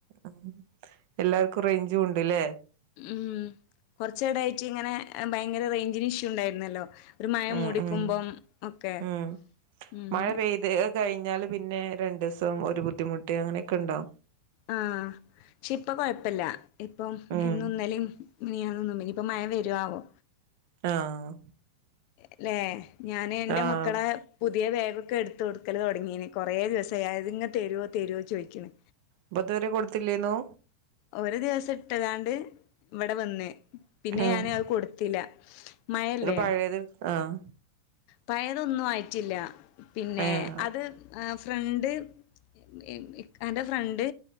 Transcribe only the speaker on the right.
ഉം എല്ലാർക്കു റൈഞ്ചു ഉണ്ട് ലെ
ഉം
ഉം
ഉം
മഴ
പെയ്ത് കഴിഞ്ഞാല് പിന്നെ രണ്ടൂസം ഒരു ബുദ്ധിമുട്ട് അങ്ങനക്കെണ്ടോ
ഉം
ആഹ്
ആഹ്
അപ്പ ഇതു വരെ കൊടുത്തില്ലേന്നു
ഉം
ഒരു പഴയത് ആഹ്
ഏഹ്